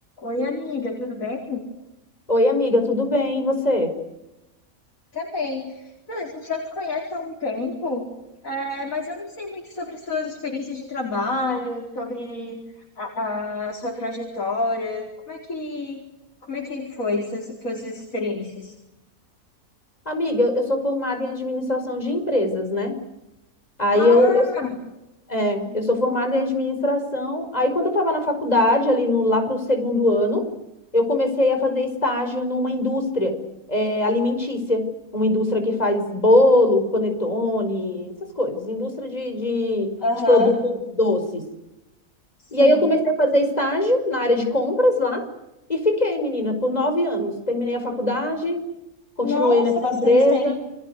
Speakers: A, on the left; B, on the left.
A: Oi, amiga, tudo bem?
B: Oi, amiga, tudo bem? E você?
A: Também. Não, a gente já se conhece há um tempo, é, mas eu não sei muito sobre suas experiências de trabalho, sobre a, a sua trajetória. Como é que, como é que foi essas suas experiências?
B: Amiga, eu sou formada em administração de empresas, né? Aí
A: Ah,
B: eu, eu, é, eu sou formada em administração. Aí quando eu estava na faculdade, ali no, lá para o segundo ano, eu comecei a fazer estágio numa indústria, é, alimentícia, uma indústria que faz bolo, panetone, essas coisas, indústria de, de,
A: aham,
B: de produtos doces.
A: sim.
B: E aí eu comecei a fazer estágio na área de compras lá e fiquei, menina, por nove anos. Terminei a faculdade, continuei
A: Nossa,
B: nessa
A: bastante
B: empresa,
A: tempo.